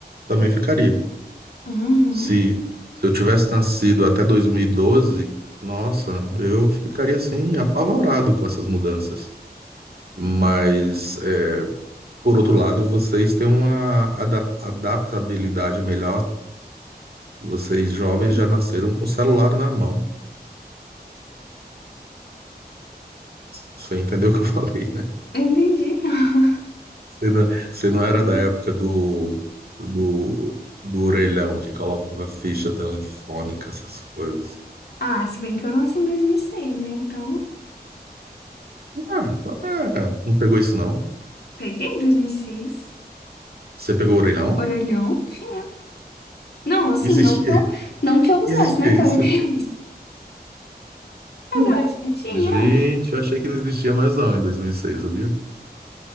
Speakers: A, on the right (about 65°); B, on the left (about 70°).
A: Também ficaria.
B: Uhum.
A: Se, se eu tivesse nascido até 2012, nossa, eu ficaria assim, apavorado com essas mudanças. Mas, é, por outro lado, vocês têm uma ada- adaptabilidade melhor. Vocês jovens já nasceram com o celular na mão. Você entendeu o que eu falei?
B: Eu entendi. <laughs>
A: Você não, você não
B: É verdade.
A: era da época do, do, do orelhão que colocava ficha telefônica, essas coisas.
B: Ah, se bem que eu nasci em 2006, né? Então,
A: Ah, então é, não pegou isso não.
B: peguei 2006.
A: Você pegou o orelhão?
B: Orelhão tinha. Não, assim,
A: Existia,
B: não que
A: <laughs>
B: eu, não que eu usasse,
A: existia
B: né,
A: isso?
B: cara, <laughs> criança. Mas
A: Hum.
B: eu acho que tinha.
A: Gente, eu achei que não existia mais não em 2006, sabia?